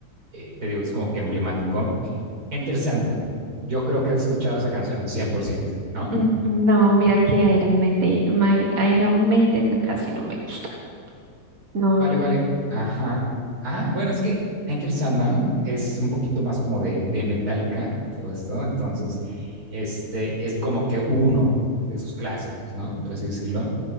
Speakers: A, on the right (about 25°); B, on the right (about 45°).
A: eh, te digo, es como que emblemático. Enter Sandman, yo creo que has escuchado esa canción, cien por ciento ¿no?
B: Mm, no, mira que Iron Maiden, My- Iron Maiden casi no me gusta, no.
A: Vale, vale. Ajá. Ah, bueno, es que Enter Sandman es un poquito más como de, de Metallica, todo esto. Entonces, este es como que uno de sus clásicos, ¿no? Por así decirlo.